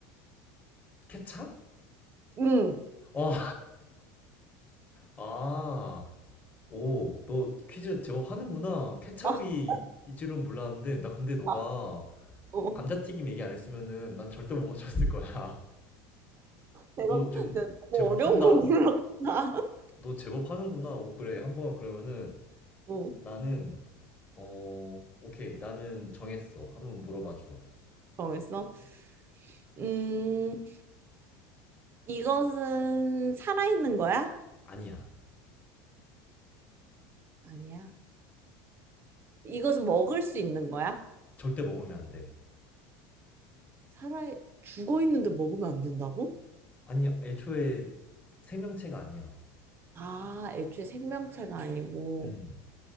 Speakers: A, on the left; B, on the right.
A: 케찹?
B: 응.
A: 어, 아, 오, 너 퀴즈 제법 하는구나. 케찹이
B: <laughs>
A: 이 줄은 몰랐는데, 나 근데 너가
B: 아, 아, 어.
A: 감자튀김 얘기 안 했으면은 난 절대 못 맞췄을 거야. <laughs>
B: 내가,
A: 너 좀
B: 내가 너무
A: 제법
B: 어려운
A: 한다?
B: 걸 골랐구나.
A: 너 제법 하는구나. 오, 그래. 한 번 그러면은
B: 어.
A: 나는 어, 오케이. 나는 정했어. 한 번 물어봐 줘.
B: 정했어? 음, 이것은 살아있는 거야?
A: 아니야.
B: 아니야. 이것은 먹을 수 있는 거야?
A: 절대 먹으면 안 돼.
B: 살아, 죽어 있는데 먹으면 안 된다고?
A: 아니, 애초에 생명체가 아니야.
B: 아, 애초에 생명체가 아니고.
A: 음.